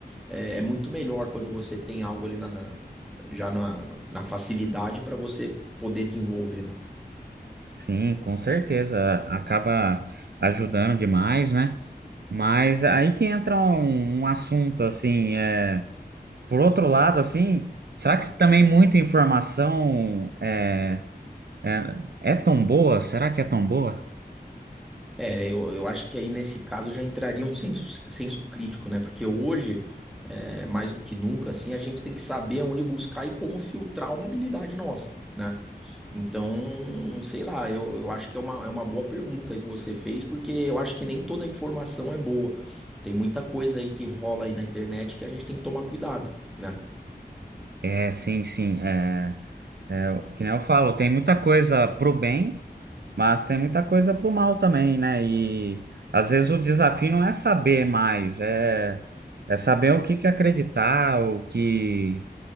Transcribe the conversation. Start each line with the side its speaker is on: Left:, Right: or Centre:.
Centre: é, é muito melhor quando você tem algo ali na, na- já na, na facilidade para você poder desenvolver, né?
Right: Sim, com certeza. Acaba ajudando demais, né? Mas aí que entra um, um assunto assim, é, por outro lado, assim, será que também muita informação é, é, é tão boa? Será que é tão boa?
Centre: É, eu, eu acho que aí nesse caso já entraria um senso, senso crítico, né? Porque hoje, é, mais do que nunca, assim, a gente tem que saber aonde buscar e como filtrar uma habilidade nossa. né? Então, sei lá, eu, eu acho que é uma, é uma boa pergunta aí que você fez, porque eu acho que nem toda informação é boa. Tem muita coisa aí que rola aí na internet que a gente tem que tomar cuidado, né?
Right: É, sim, sim. É, é, o que nem eu falo, tem muita coisa pro bem, mas tem muita coisa pro mal também, né? E às vezes o desafio não é saber mais, é, é saber o que que acreditar, o que